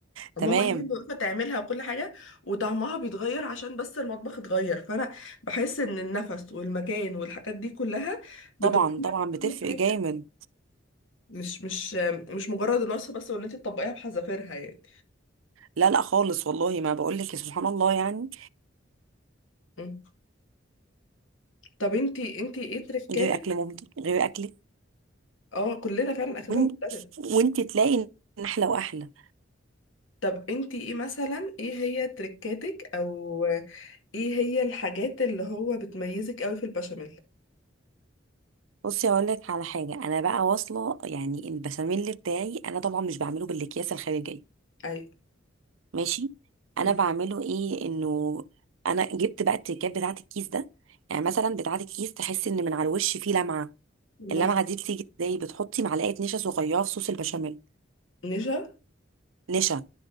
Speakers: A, on the right; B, on the left.
A: تمام
B: ماما هي اللي واقفه تعملها وكل حاجه وطعمها بيتغير عشان بس المطبخ اتغير فانا بحس ان النفس والمكان والحاجات دي كلها بتغير
A: طبعا طبعا
B: كل
A: بتفرق
B: حاجه
A: جامد
B: مش مش مش مجرد الوصفه بس وان انت تطبقيها بحذافيرها يعني
A: لا لا خالص والله ما بقول لك سبحان الله يعني
B: مم. طب انتي انتي ايه تركاتك
A: غير اكل مامتك غير اكلك
B: اه كلنا فعلا اكلنا
A: وانت
B: مختلف
A: وانت تلاقي ان احلى واحلى
B: طب انتي ايه مثلا ايه هي تركاتك او ايه هي الحاجات اللي هو بتميزك قوي في البشاميل
A: بصي اقول لك على حاجه انا بقى واصله يعني البشاميل بتاعي انا طبعا مش بعمله بالاكياس الخارجيه
B: ايوه
A: ماشي انا
B: مم.
A: بعمله ايه انه انا جبت بقى التركات بتاعه الكيس ده يعني مثلا بتاعه الكيس تحس ان من على الوش فيه لمعه
B: مثلا
A: اللمعه دي بتيجي ازاي بتحطي معلقه نشا صغيره في صوص البشاميل
B: نشا
A: نشا